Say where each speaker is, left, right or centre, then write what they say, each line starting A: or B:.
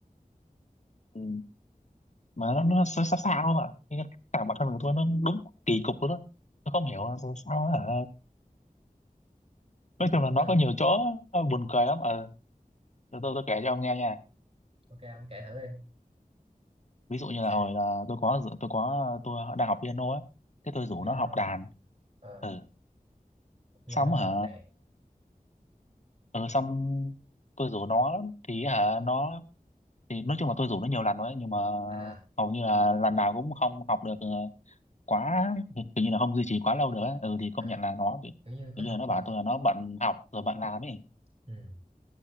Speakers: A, on the left; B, on the right.
A: ừ. mà nó nó xa xa, xa không ạ Cái cả bản thân của tôi nó đúng kỳ cục luôn đó tôi không hiểu là sao, sao á hả
B: thì
A: nói
B: cục
A: chung
B: lắm
A: là nó
B: mà
A: có nhiều chỗ buồn cười lắm ờ ừ. tôi tôi tôi kể cho ông nghe nha
B: ok ông kể thử đi
A: ví dụ như
B: xem
A: là hồi là tôi có tôi có tôi đang học piano ấy thế tôi rủ
B: piano
A: nó học đàn
B: ờ
A: ừ.
B: học piano
A: xong hả
B: học đàn
A: ừ, xong tôi rủ nó lắm thì hả nó thì nói chung là tôi rủ nó nhiều lần rồi ấy, nhưng mà
B: à
A: hầu như là lần nào cũng không học được ờ, quá hình như là không duy trì quá lâu được ấy. ừ thì công
B: à
A: nhận là nó bị
B: kiểu như có
A: hình
B: học
A: như là nó
B: mà
A: bảo tôi là nó bận học rồi bận làm ấy
B: ừ, ừ,